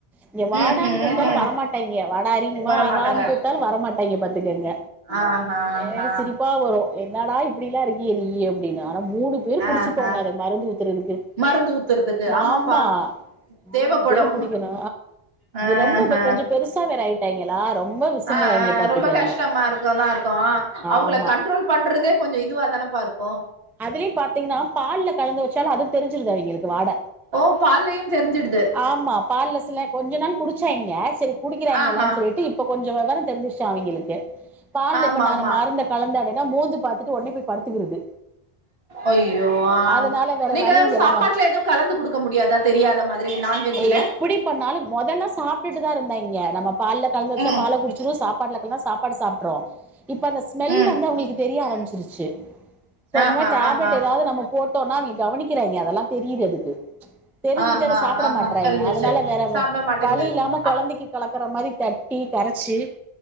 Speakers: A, in the centre; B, on the right.
A: இங்க வாடான்னு
B: ம் ம்
A: கூப்டாலு
B: ம்
A: வரமாட்டங்க வாட அரி இங்க வா
B: வரமாட்டாங்க
A: வான்னு கூப்ட்டாலு வரமாட்டாங்க பாத் துங்க
B: ஆஹா ஆஹா
A: எனக்கு சிரிப் ப்பா வரு என்னடா இப்டிலா இருக்கயே நீ அப்டின்னு ஆனா மூணு பேரு பிடிச்சுக்கோங்க
B: ஆஹா
A: அத மருந்து ஊத்துறது க்கு
B: மருந்து ஊத்துறதுக்கு
A: மாமா
B: ஆமாப்பா
A: மூணு
B: தேவப்படு
A: பேரு புடிக்கணு
B: ஆ
A: ரொம்ப
B: ஹ ஆ
A: கொஞ்ச பெருசா வேற ஆயிட்டாங்களா ரொம்ப சிந்துவாங்கய
B: ஆ
A: பாத்துக்க
B: ரொம்ப கஷ்டமா இருக்கதா இருக்கு அவங்கள
A: ஆமா
B: கண்ட்ரோல் பண்றதே கொஞ்ச இதுவா தானப்பா இருக்கு
A: அதுலயு பாத்தீங்கன்னா பால்ல கலந்து வச்சாலு அது தெரிஞ்சுருகாது எங்களுக்கு வாட
B: ஓ பால்லயு தெரிஞ்சிடுது
A: ஆமா பால்ல சில கொஞ்ச நாள் குடிச்சாங்க செரி குடிக்கிறாங்க
B: ஆஹா
A: எல்லானு சொல்லிட்டு இப் ப கொஞ்ச வெவர தெரிஞ்சுருச்சா அவிங்களுக்கு பால்ல
B: ஆமா
A: இப்ப நானு
B: ஆமா
A: மருந்து கலந்தாடனா மோந்து பாத்துட்டு உடனே போய் படுத்துகுரது
B: அய்யோ ஆ
A: அதனால வேற
B: நீங்க
A: வழி இல்ல
B: சாப்பாட்ல
A: நம்ம
B: எது கலந்து குடுக்க முடியாதா தெரியாத மாரி நான்வெஜ்ல
A: எப்டி பண்ணாலு மொதல்ல சாப்ட்டுட்டு தா இருந்தாய்ங்க நம்ம பால்ல கலந்து வச்சா
B: ம்
A: பால குடிச் சாப்பாடகல சாப்பாடு சாப்ட்றோ இப்ப அந்த ஸ்மெல்
B: ம்
A: வந்து அவங்களுக்கு தெரிய ஆரமிச்சிருச்சு சோ அந்த
B: ஆஹா
A: மா டேப்லெட்
B: ஆஹா
A: ஏதாது நம்ம போட்டோனா அவிங்க கவனிக்கிறாங்க அதெல்லா தெரிது அதுக்கு தெரிஞ்சுட்டு
B: ஆஹா
A: அத சாப்பிட
B: ஆஹா
A: மாட்றாயிங்க
B: தெரிஞ்சிருச்சு
A: அதனால வேற
B: சாப்ட மாட்டேங்குது
A: வழி இல்லாம
B: அப்
A: குழந்தைக்கு கலக்கற மாரி தட் டு கரைச்சு